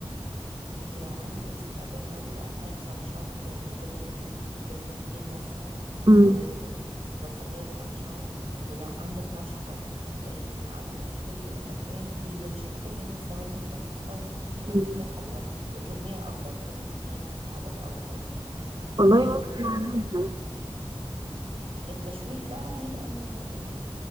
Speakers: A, on the right (about 65°); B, on the right (about 45°).
A: أنت لو عندك استعداد تقعدي تقطعي ترانشات آه، فلفل م- فلفلتين مثلا
B: امم
A: و- وبصلاية ترانشات ولو عندك مشروم آه، عندك فلفل ألوان هي مش هتاخد منك ثواني الفاهيتة وهتديكي نتيجة
B: مم.
A: حلوة وكمية أكبر لو أنت يعني العدد أكبر
B: والله
A: يعني
B: ممكن اعملها
A: التشويح بقى بيبقى ال... ال...